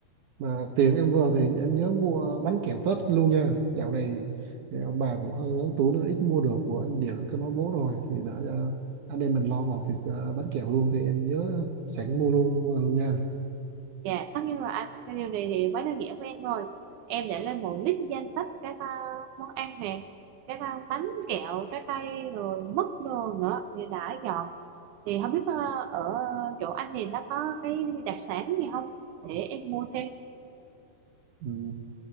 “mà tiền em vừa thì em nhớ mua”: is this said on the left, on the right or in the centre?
Right